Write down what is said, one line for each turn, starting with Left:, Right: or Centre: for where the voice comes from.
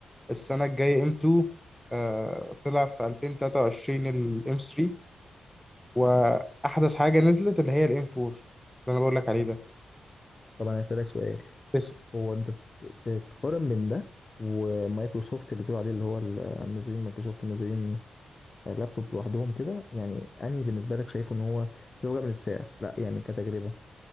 Centre: السنه الجايه ام 2 آه طلع في 2023 الام 3 واحدث حاجه نزلت اللي هي الام 4 اللي انا بقول لك عليه ده
Left: طبعا انا هسألك سؤال
Centre: لسه
Left: هو انت ت- ت- تقارن بين ده ومايكروسوفت اللي بتقول عليه اللي هو ال- منزلين مايكروسوفت منزلين لابتوب لوحدهم كده يعني انهي بالنسبه لك شايفه ان هو سواء بقى من السعر لا يعني كتجربه